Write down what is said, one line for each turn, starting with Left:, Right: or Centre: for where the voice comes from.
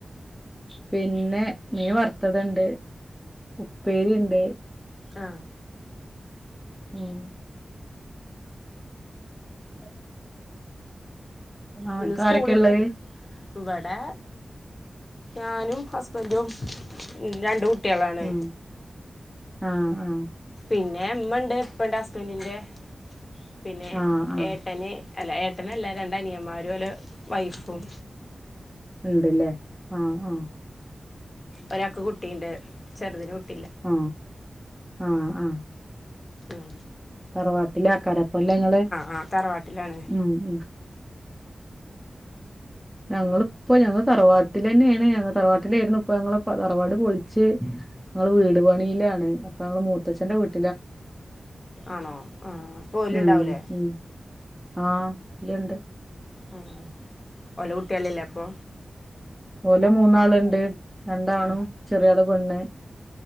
Centre: പിന്നെ നീ മീവറുത്തത്ണ്ട് ഉപ്പേരിണ്ട്
Left: ആ
Centre: ഉം അ ആ
Left: ഇന്ന്
Centre: കാരൊക്കെയാള്ളത്
Left: സ്കൂളില്ലേനു ഇവിടെ ഞാനും ഹസ്ബൻഡും രണ്ട് കുട്ട ട്യാലാണെ
Centre: ഉം ആഹ് ആ
Left: പിന്നെ എമ്മണ്ട് ഇപ്പണ്ട് ഹസ്ബന്റിന്റെ പിന്നെ
Centre: ആഹ് ആഹ്
Left: ഏട്ടന് അല്ല ഏട്ടനല്ല രണ്ട് അനിയമാരുംല വൈഫും
Centre: ഉണ്ട്ല്ലേ ആ ആ
Left: ഒരാൾക്ക് കുട്ടിയുണ്ട് ചെറുതിന് കുട്ട
Centre: ആ ആ ആ
Left: ഉം
Centre: തറവാട്ടില് ആക്കാരം കൊല്ലങ്ങള്
Left: ആ തറവാട്ടിലാണ്
Centre: ഉം ഉം ഞങ്ങളിപ്പോ ഞങ്ങള് തറവാട്ടിലെ ന്നേണ് ഞങ്ങള് തറവാട്ടിലായിരുന്നു ഇപ്പോ ഞങ്ങളിപ്പൊ തറവാട് പൊളിച്ച് ഇപ്പം വീട് പണിയിലാണ് അപ്പോ മൂത്തച്ഛന്റെ വീട്ടി
Left: ആണോ ആഹ് അപ്പോ ഓല്
Centre: ഉം
Left: ഇണ്ടാവൂലേ?
Centre: ഉം ആഹ്. ഇണ്ട്.
Left: ആ ഓലെ കുട്ടികളില്ലേ അപ്പോ?
Centre: ഓല് മൂന്നാളുണ്ട്. രണ്ടാണും
Left: ആ
Centre: ചെറിയ ആളും. പെണ്ണ്